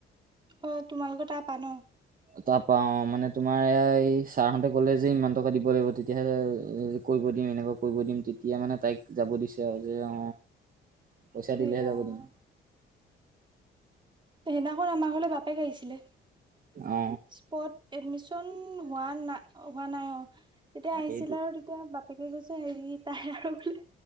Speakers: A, on the right; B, on the right.
A: অ, তোমালোকৰ তাৰ পা ন।
B: তাৰপা অ, মানে তোমাৰ এয়া এই ছাৰ হঁতে কলে যে ইমান টকা দিব লাগিব তেতিয়াহ'লে কৰিব। দিম, এনেকুৱা কৰিব দিম তেতিয়া মানে তাইক যাব দিছে আৰু যে অ,
A: <inaudible>
B: পইঁচা দিলেহে
A: ৰাম
B: যাব দিম।
A: সেইদিনাখন আমাৰ ঘৰলে বাপেক আহিছিলে।
B: অ
A: ছফ্ট এডমিচন হোৱা ন হোৱা নাই অ তেতিয়া আহিছিল
B: সেইটো
A: আৰু তেতিয়া। বাপেকে কৈছে হেৰি তাই আৰু বোলে